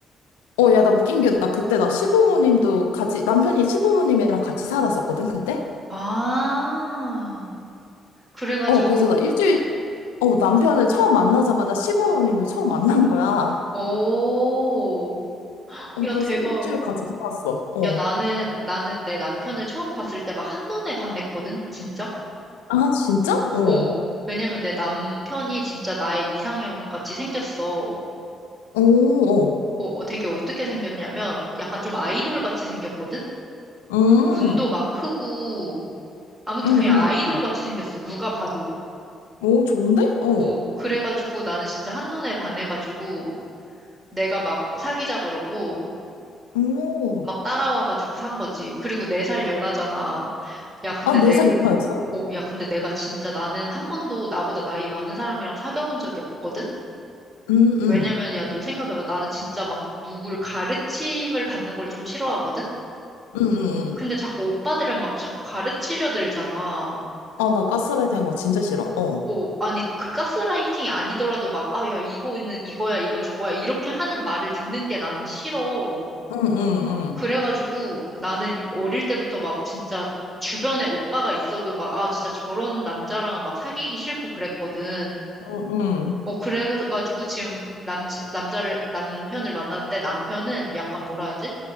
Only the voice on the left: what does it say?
어, 야, 나 웃긴 게, 나 그때 나 시부모님도 같이, 남편이 시부모님이랑 같이 살았었거든, 그때?
어, 그래서 나 일주일, 어, 남편을 처음 만나자마자 시부모님도 처음 만난 거야.
어,
그래서
일주일 같이 살았어. 어.
아, 진짜? 어.
오,
어. 음,
음,
음. 음.
오, 좋은데? 어.
오.
아, 네 살 연하였어?
음, 음.
음, 음. 음.
아, 나 가스라이팅 한거 진짜 싫어. 어.
음, 응응
응 응